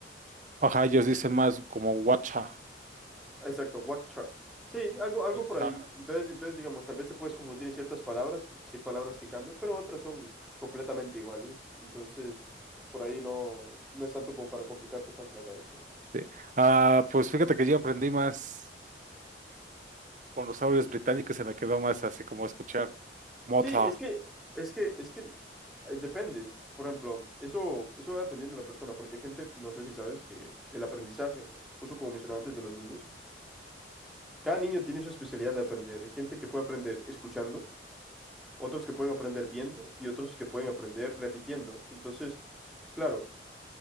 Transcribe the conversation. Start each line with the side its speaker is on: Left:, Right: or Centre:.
Right: Ajá, ellos dicen más como guacha.
Centre: Exacto, Watcher. Sí, algo, algo
Right: Guacha.
Centre: por ahí. Entonces, entonces, digamos, tal vez se puedes confundir en ciertas palabras, porque sí hay palabras que cambian, pero otras son completamente igual. ¿eh? Entonces, por ahí no, no es tanto como para complicarte tanto la cabeza.
Right: Sí. Ah, pues fíjate que yo aprendí más con los audios británicos, se me quedó más así como escuchar mota.
Centre: Sí, es que, es que, es que eh, depende. Por ejemplo, eso, eso va dependiendo de la persona, porque hay gente, no sé si sabes, que el aprendizaje, justo como mencionaba antes de los niños, cada niño tiene su especialidad de aprender. Hay gente que puede aprender escuchando, otros que pueden aprender viendo y otros que pueden aprender repitiendo. Entonces, claro,